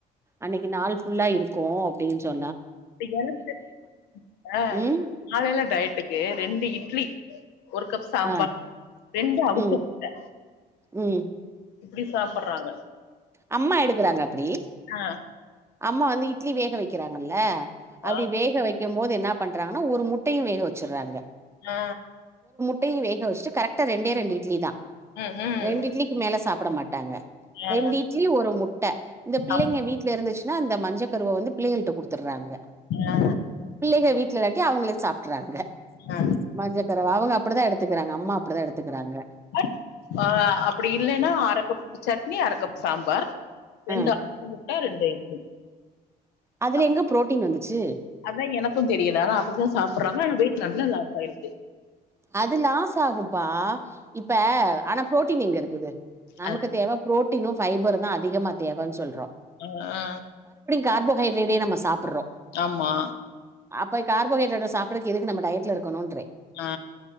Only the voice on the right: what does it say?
அன்னிக்கு நாள் ஃபுல்லா இருக்கூ அப்டின் சொ
ம்
ஆ
ம்
ம்
அம்மா எடுக்குறாங்க அப்புடி
அம்மா வந்து இ ட்லி வேக வெக்கிறாங்கல்ல அப்டி
வேக வைக் வைக்கும் போது என்னா பண்றாங்கன்னா ஒரு முட்டையு வேக வச்சுட்றாங்க
ட்டயு வேக வச்சுட்டு கரக்டா ரெண்டே ரெண்டு இட்லி தா
ரெண்டு இட்லிக்கு மேல சாப் புடமாட் ட்டாங்க
ரெண்டி இட் ஒரு முட்ட இந்த பிள்ளைங்க
வீட்ல் இருந்துச்சுன்னா அந்த மஞ்ச கருவ வந்து பிள்ளைகள்ட்ட குடுதுட்றாங்க
பிள்ளைக வீட்ல இல்லாட்டி அவங்களே சாப்ட்றாங்க
மஞ்சக்கருவ அவங்க ப்படிதா எடுத்துக்குறாங்க அம்மா அப்புடிதா எடுத்துக்குறாங்க
ஆ
அதுல
எங்க புரோட்டீன் வந்துச்சு
அது லாஸ் ஆகும்பா இப்ப ஆனா புரோட்டீன் எங்க இருக்குது நமக்கு
தேவ புரோட் புரோட்டீனு ஃபைபருந்தா அதிகமா தேவன்னு சொல்றோ
கார்போஹைட்ரேட்டையே நம்ம சாப்புடுறோ
அப்போ கார்போஹைட்ரேட்ட சாப்புறதுக்கு எதுக்கு நம்ம டயட்ல இருக்கணுன்றே